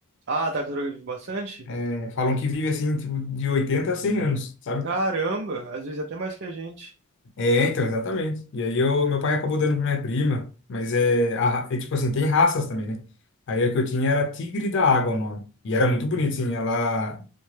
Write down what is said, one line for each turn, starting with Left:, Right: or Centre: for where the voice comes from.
Right: Ah, a tartaruga vive bastante?
Left: É, falam que vive assim, tipo, de oitenta a 100 anos, sabe?
Right: Caramba, às vezes até mais que a gente.
Left: É, então, exatamente. E aí eu, meu pai acabou dando pra minha prima, mas é, a ra- é tipo assim, tem raças também, né? Aí a que eu tinha era tigre da água o nome. E era muito bonito, assim, ela